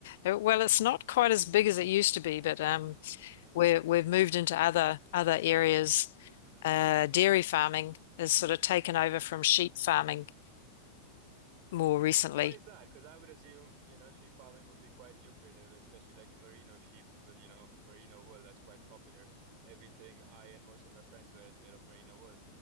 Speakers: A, on the left (about 55°); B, on the right (about 45°).
A: Uh, Well, it's not quite as big
B: hmm
A: as it used to be, but um
B: hmm
A: we're, we've moved into other other
B: hmm
A: areas.
B: hmm
A: Uh, dairy farming has
B: hmm
A: sort of taken over from sheep
B: hmm
A: farming more recently.
B: Why is that? Because I would assume, you know, sheep farming would be quite lucrative, especially like merino sheep with, you know, merino wool that's quite popular. Everything I and most of my friends wear is made of merino wool.